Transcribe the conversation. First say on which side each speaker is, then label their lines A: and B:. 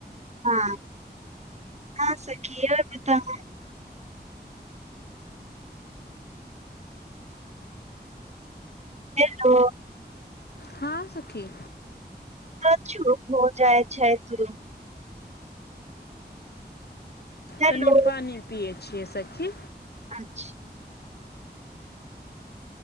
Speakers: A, on the right; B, on the left.
A: हँ हँ सखी आऊ बतावा हेलो
B: हँ सखी
A: तऽ चुप हो जाइ छै तू हेलो
B: तनी पानि पीए छ सखी
A: अच्छा